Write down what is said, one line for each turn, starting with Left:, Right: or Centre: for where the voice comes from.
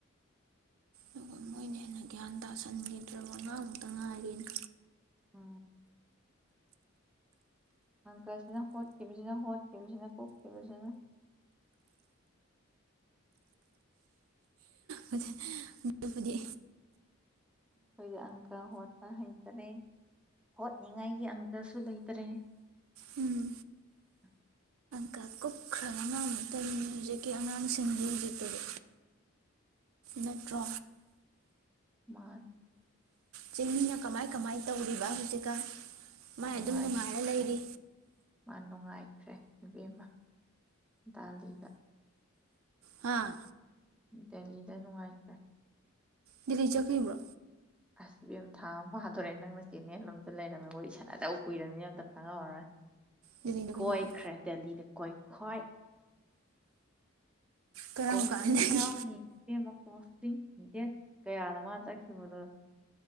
Right: ꯑꯗꯨꯒ ꯃꯣꯏꯅ ꯍꯦꯟꯅ ꯒ꯭ꯌꯥꯟ ꯇꯥꯁꯟꯈꯤꯗ꯭ꯔꯕ ꯉꯉꯥꯡꯃꯨꯛꯇ ꯉꯥꯏꯔꯦꯅ
Centre: ꯑ__ ꯑꯪꯀꯁꯤꯅ ꯍꯣꯠꯈꯤꯕꯁꯤꯅ ꯍꯣꯠꯈꯤꯕꯁꯤꯅ ꯀꯨꯞꯈꯤꯕꯁꯤꯅ꯫
Right: ꯑꯍ <unintelligible> ꯗꯨꯕꯨꯗꯤ__
Centre: ꯈꯣꯏꯗꯤ ꯑꯪꯀ ꯍꯣꯠꯄ ꯍꯩꯇꯔꯦ ꯍꯣꯠꯅꯤꯉꯥꯏꯒꯤ ꯑꯪꯀꯁꯨ ꯂꯩꯇꯔꯦ꯫
Right: ꯎꯝ__
Centre: <inaudible>
Right: ꯀ ꯀꯨꯞꯈ꯭ꯔꯕ ꯑꯉꯥꯡ ꯃꯇꯅꯤ ꯍꯧꯨꯖꯤꯛꯀꯤ ꯑꯉꯥꯡꯁꯤꯡꯗꯤ ꯍꯧꯖꯤꯛꯇꯗꯤ꯫ ꯅꯠꯇ꯭ꯔꯣ꯫
Centre: ꯃꯥꯟ__
Right: ꯆꯤꯡꯃꯤꯅ ꯀꯃꯥꯏ ꯀꯃꯥꯏ ꯇꯧꯔꯤꯕ ꯍꯧꯖꯤꯛꯀꯥꯟ꯫ ꯃꯥꯏ
Centre: ꯅꯨꯡꯉꯥꯏꯕ
Right: ꯑꯗꯨꯝ ꯅꯨꯡꯉꯥꯏꯔ
Centre: ꯈ꯭ꯔꯦ꯫
Right: ꯂꯩꯔꯤ
Centre: ꯃꯥ ꯅꯨꯡꯉꯥꯏꯈ꯭ꯔꯦ ꯏꯕꯦꯝꯃ ꯗꯥꯂꯤꯗ꯫
Right: ꯍꯥꯥ꯫
Centre: ꯗꯦꯜꯂꯤꯗ ꯅꯨꯡꯉꯥꯏꯈ꯭ꯔꯦ꯫
Right: ꯗꯦꯜꯂꯤ ꯆꯠꯈ꯭ꯔꯤꯕ꯭ꯔꯣ꯫
Centre: ꯑꯁ ꯏꯕꯦꯝꯃ ꯊꯥ ꯑꯃ ꯐꯥꯗꯣꯔꯦ ꯅꯪꯅ ꯆꯦꯅꯦꯜ ꯑꯃꯗ ꯂꯩꯔꯝꯃꯤ ꯋꯥꯔꯤ ꯁꯥꯟꯅꯗꯕ ꯀꯨꯏꯔꯃꯤꯅ ꯑꯝꯇ ꯈꯉꯃꯔꯣꯏ꯫
Right: ꯗꯦꯜꯂꯤꯗ
Centre: ꯏꯛꯀꯣꯏꯈ꯭ꯔꯦ
Right: ꯀꯩꯗꯧꯕ
Centre: ꯗꯦꯂꯤꯗ ꯀꯣꯏꯈꯣꯏ꯫
Right: ꯀꯔꯝ
Centre: ꯀꯣꯁꯇꯤꯡ
Right: ꯀꯥꯟꯗꯒꯤ
Centre: ꯌꯥꯎꯅꯤ ꯏꯕꯦꯝꯃ ꯀꯣꯁꯆꯤꯡ ꯗꯦꯠ ꯀꯌꯥꯔ ꯃꯥ ꯆꯠꯈꯤꯕꯗꯣ꯫